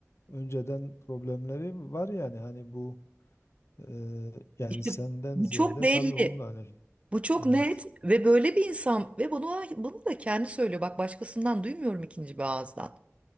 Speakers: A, on the left (about 60°); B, on the right (about 25°).
A: önceden problemleri var yani hani bu e, yani
B: işte
A: senden
B: bu
A: ziyade
B: çok belli.
A: tabii onunla hani
B: Bu çok
A: evet
B: net ve böyle bir insan ve bunu bunu da kendi söylüyor. Bak başkasından duymuyorum ikinci bir ağızdan.